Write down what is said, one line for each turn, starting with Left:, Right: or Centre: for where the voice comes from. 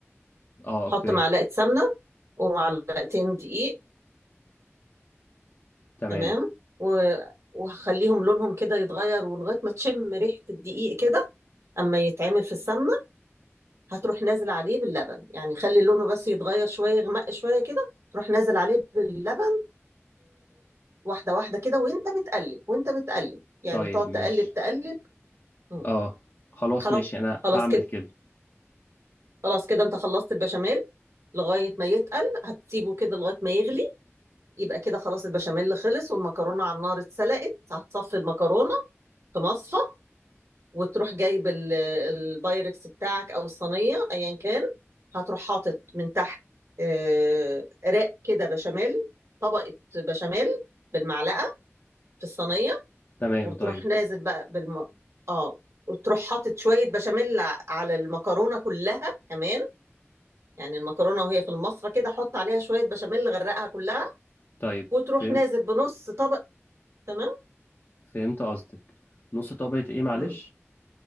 Left: اه اوكي
Right: حط معلقه سمنه ومعلقتين دقيق
Left: تمام
Right: تمام و... وخليهم لونهم كده يتغير ولغايه ما تشم ريحه الدقيق كده اما يتعمل في السمنه هتروح نازل عليه باللبن يعني خلي لونه بس يتغير شويه يغمق شويه كده تروح نازل عليه باللبن واحدة واحدة كده وانت بتقلب وانت بتقلب يعني
Left: طيب
Right: تقعد تقلب
Left: ماشي
Right: تقلب مم.
Left: اه خلاص
Right: خلاص
Left: ماشي انا
Right: خلاص
Left: هعمل
Right: كده
Left: كده
Right: خلاص كده انت خلصت البشاميل لغاية ما يتقل هتسيبه كده لغاية ما يغلي يبقى كده خلاص البشاميل خلص والمكرونة على النار اتسلقت هتصفي المكرونة في مصفى وتروح جايب ال- البايركس بتاعك او الصينية ايا كان هتروح حاطط من تحت آه، رق كده بشاميل طبقة بشاميل بالمعلقة في الصينية
Left: تمام
Right: وتروح
Left: طيب
Right: نازل بقى بالم... اه وتروح حاطط شوية بشاميل ع- على المكرونة كلها كمان يعني المكرونة وهي في المصفى كده حط عليها شوية بشاميل غرقها كلها
Left: طيب
Right: وتروح
Left: فهم
Right: نازل بنص طبق تمام
Left: فهمت قصدك نص طبقة ايه معلش
Right: مم.